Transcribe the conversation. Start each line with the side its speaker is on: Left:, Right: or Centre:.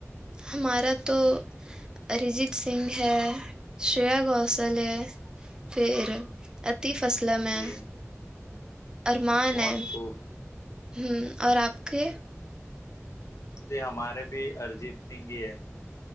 Right: ہمارا تو اریجیت سنگھ ہے شرییا گوسل ہے پھر اتی فصلیں میں
Left: جی
Right: ارمان
Left: بہت
Right: ہیں
Left: خوب
Right: ہ اور آپ کے
Left: ہ یہ ہمارے بھی ارجیت سنگھ ہی ہے